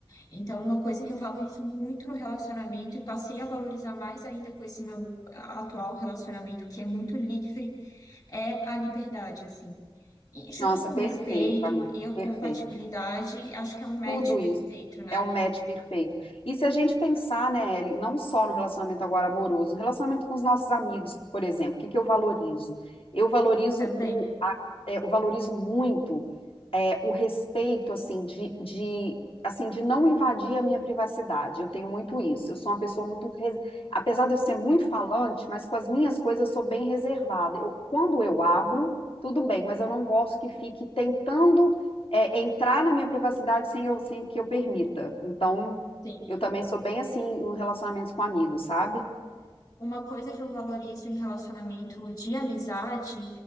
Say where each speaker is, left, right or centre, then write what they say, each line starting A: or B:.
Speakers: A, on the left; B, on the left.
A: Então, uma coisa que eu valorizo muito no relacionamento e passei a valorizar mais ainda com esse meu ah, atual relacionamento, que é muito livre, é a liberdade, assim. E junto
B: Nossa,
A: com
B: perfeito,
A: o respeito
B: amigo,
A: e a
B: perfeito.
A: compatibilidade, acho que é um match
B: Tudo
A: perfeito,
B: isso
A: né?
B: é um match perfeito. E se a gente pensar, né, Ellen, não só no relacionamento agora amoroso, no relacionamento com os nossos amigos, por exemplo, o que que eu valorizo? Eu valorizo
A: Também.
B: o, a- é, eu valorizo muito é, o respeito, assim, de, de, assim, de não invadir a minha privacidade. Eu tenho muito isso. Eu sou uma pessoa muito, res- apesar de eu ser muito falante, mas com as minhas coisas eu sou bem reservada. Eu, quando eu abro, tudo bem, mas eu não gosto que fique tentando é entrar na minha privacidade sem eu, sem que eu permita. Então,
A: Sim.
B: eu também sou bem assim em relacionamentos com amigos, sabe?
A: Uma coisa que eu valorizo em relacionamento de amizade